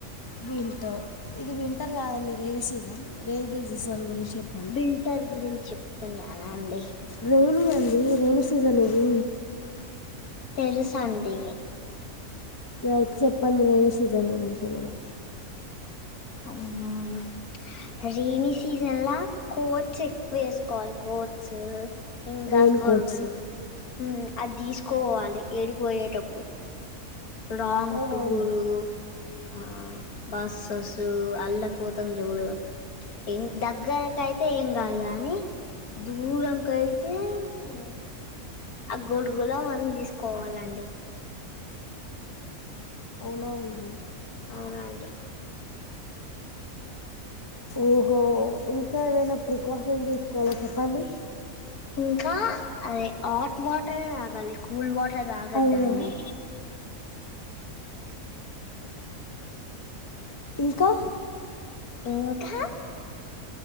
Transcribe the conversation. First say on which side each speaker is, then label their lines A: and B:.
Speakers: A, on the left (about 15°); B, on the left (about 80°).
A: వింటర్ ఇది వింటర్ కాదండి రెయినీ సీజన్, రేనీ సీజన్ గురించి చెప్
B: వింటర్ గురించి చెప్తున్నానండి.
A: రైనీ అండి రైనీ సీజన్ ఇది
B: తెలుసండి
A: అయితే చెప్పండి రెనీ సీజన్ గురించి ఏమైనా
B: అవున రైనీ సీజన్ల కోట్స్ ఎక్కువ వేసుకోవాలి కోట్స్ ఇంక
A: రెయిన్
B: గొరుగులు
A: కోట్స్
B: మ్ అది తీసుకోవాలి ఏడికిపోయేటప్పుడు లాంగ్
A: అవునా
B: టూరు
A: అండి
B: ఆ బస్ససు అల్ళపోతాం చూడు ఏం దగ్గరకయితే ఏం కాదు కాని దూరంకు అయితే మ్ ఆ గొడుగులో మనం తీసుకోవాలండి
A: అవునా అండి
B: అవునండి
A: ఓహో ఇంకా ఏదైనా ప్రికాషన్ తీసుకోవాలా చెప్పండి
B: ఇంకా అదే హాట్ వాటర్ తాగాలి కూల్ వాటర్ తాగద్దండి
A: అవునా ఇంకా
B: ఇంకా